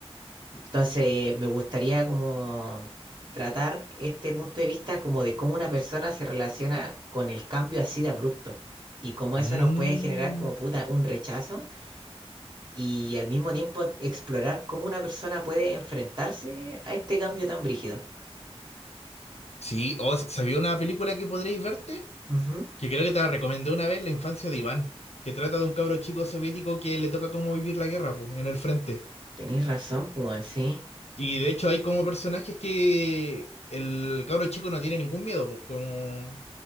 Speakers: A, on the right; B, on the left.
A: Entonces, me gustaría como tratar este punto de vista como de cómo una persona se relaciona con el cambio así de abrupto y cómo
B: Mm.
A: eso nos puede generar como puta un rechazo y al mismo tiempo explorar cómo una persona puede enfrentarse a este cambio tan brígido.
B: Sí, o s- ¿sabía una película que podréis verte?
A: Ujú,
B: Que creo que te la recomendé una vez, La infancia de Iván, que trata de un cabro chico soviético que le toca cómo vivir la guerra, pues, en el frente.
A: Tenéis razón, pues así.
B: Y de hecho hay como personajes que el cabro chico no tiene ningún miedo, pues, como